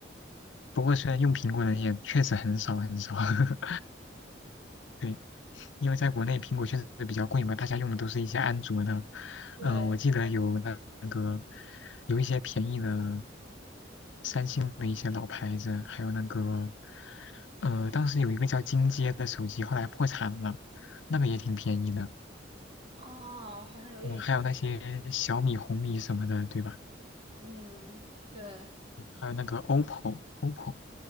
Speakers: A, on the left; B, on the right.
A: 不过虽然用苹果的人也确实很少很少，<laughs> 对，因为在国内苹果确实比较贵嘛，大家用的都是一些安卓的。
B: 对。
A: 嗯，我记得有那个有一些便宜的新的一些老牌子，还有那个。呃，当时有一个叫金街的手机，后来破产了，那个也挺便宜的。
B: 哦，好像有点，
A: 嗯，还有那些小米、红米什么的，对吧？
B: 嗯，对，
A: 还有那个 OPPO，OPPO，